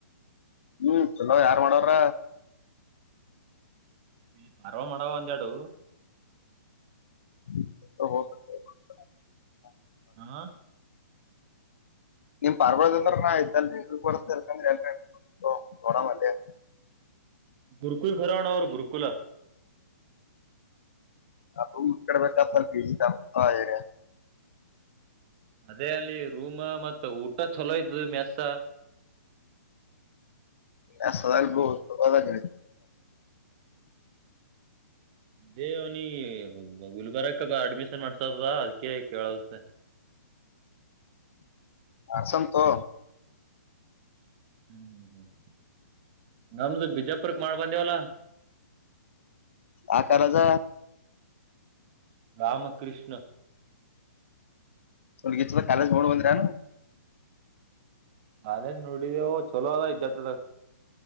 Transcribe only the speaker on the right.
ಇಲ್ಲಿ ಪಾರ್ವ ಮಾಡುವ ಒಂದೆಡು
ಹಾ
ಗುರುಕುಲ್ ರ ಹಣ ಅವರು ಗುರುಕುಲ
ಅದೇ ಅಲ್ಲಿ ರೂಮ ಮತ್ತ ಊಟ ಚಲೋ ಇದು ಮೆಸ
ದಹೇ ಅವ್ನು ಗುಲ್ಬಾರಾಗ ಅಕ್ಕ ಬ ಅಡ್ಮಿಷನ್ ಮಾಡ್ಸದ ಅದಕ ಕೇಳುತ್ತೆ
ಹ್ಮ್ ಹ್ಮ್ ಹ್ಮ್ ನಮ್ದು ಬಿಜಾಪುರಕ್ಕೆ ಮಾಡ ಬಂದೇವಲ್ಲ
ರಾಮಕೃಷ್ಣ
ಅದ ನೋಡಿದೆ ಚಲೋ ಅದ ಇದ್ದಟ್ರದಾಗ